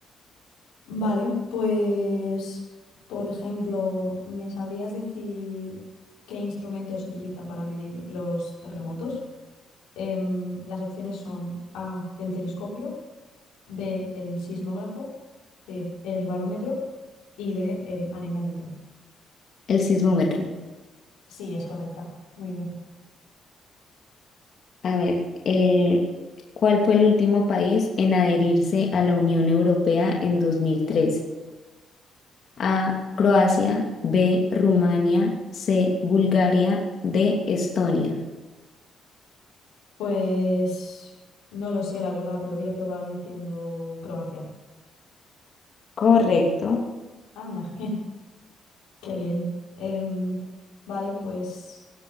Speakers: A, on the left; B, on the left.
A: Vale, pues, por ejemplo, ¿me sabrías decir qué instrumento se utiliza para medir los terremotos? Em, las opciones son A, el telescopio, B, el sismógrafo, C, el barómetro y D, el anemómetro.
B: el sismómetro.
A: Sí, es correcta. Muy bien.
B: A ver, eh, ¿cuál fue el último país en adherirse a la Unión Europea en 2013? A, Croacia, B, Rumania, C, Bulgaria, D, Estonia.
A: Pues no lo sé, la verdad, pero voy a probar diciendo Croacia.
B: Correcto.
A: Anda, <laughs> qué, qué bien. Em, vale, pues